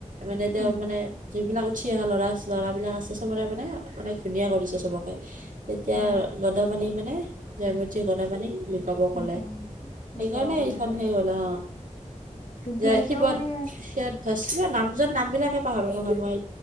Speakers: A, on the right; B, on the left.
A: মানে তেওঁক
B: উম
A: মানে যিবিলাক উঠিঅহা লৰা, ল'ৰাবিলাক আছে চবৰে মানে মানে ঘূনীয়া কৰিছে চবকে। তেতিয়া
B: অ
A: গদাপানীক মানে জয়মতীয়ে গদাপানীক লুকাব
B: উম
A: ক'লে।
B: উম লুকাব
A: সেইকাৰণে
B: গলে
A: এইখনে
B: আৰু
A: হৈ গ'ল অ।
B: কিন্তু
A: যে
B: সেইটাও
A: শিৱত
B: মানে
A: শিধচ নামজন নাম বিলাকে পাহৰো নহয় মই।